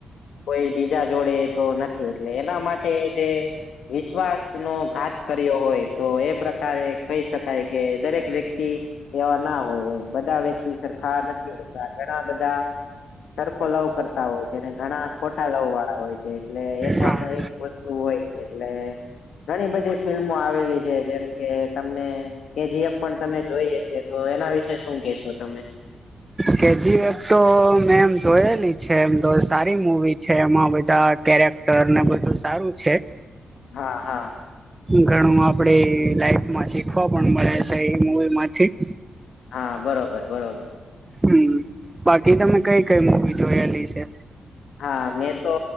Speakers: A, on the left (about 80°); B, on the right (about 20°).
A: કોઈ બીજા જોડે તો નથી એના માટે જે વિશ્વાસ નો ઘાત કર્યો હોય તો એમ. પ્રકારે કહી શકાય કે દરેક વ્યક્તિ એવા ના હોય બધા વ્યક્તિ સરખા નથી હોતા. ઘણા બધા સરખો લવ કરતા હોય છે. ઘણા ખોટા લવ વાળા હોય છે. એટલે એ પણ
B: હા
A: એક વત હોય છે એટલે ઘણી બધી ફિલ્મો આવેલી છે. જેમ કે તમને કે જએફ પણ તમે જોઈએ છે. તો એના વિશે શું કેશો તમે?
B: કેજી તો મેં એમ જોયેલી છે. એમ તો સારી મુવી છે. એમાં બધા કેક ર ને બધું સારું છે.
A: હા હા.
B: ઘણું આપડે લાઈફમાં શીખવા પણ મળે છે. એ મુવી માંથી
A: હા બરોબર બરોબર.
B: હમ બાકી તમે કઈ કઈ મુવી જોયેલી છે?
A: હા મે. તો